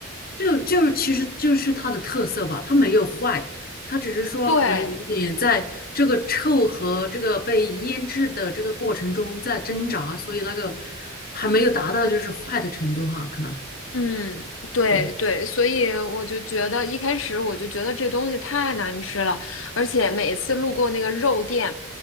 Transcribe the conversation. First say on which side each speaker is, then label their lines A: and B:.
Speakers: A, on the left (about 45°); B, on the left (about 70°).
A: 就就是其实就是它的特色吧，它没有坏，它只是说可能有一点在这个臭和这个被腌制的这个过程中在挣扎，
B: 对，
A: 所以那个还没有达到就是坏的程度哈，可能
B: 嗯，对对，
A: 对
B: 所以我就觉得一开始我就觉得这东西太难吃了，而且每一次路过那个肉店，